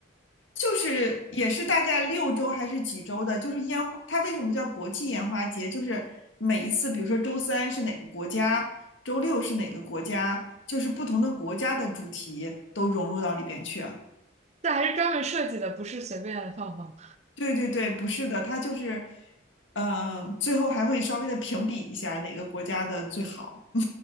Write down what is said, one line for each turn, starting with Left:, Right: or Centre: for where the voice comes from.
Left: 就是也是大概六周还是几周的，就是烟花，它为什么叫国际烟花节？就是每一次，比如说周三是哪个国家，周六是哪个国家，就是不同的国家的主题都融入到里边去啊。
Right: 这还是专门设计的，不是随便放放。
Left: 对对对，不是的，它就是，嗯、最后还会稍微的评比一下哪个国家的最好，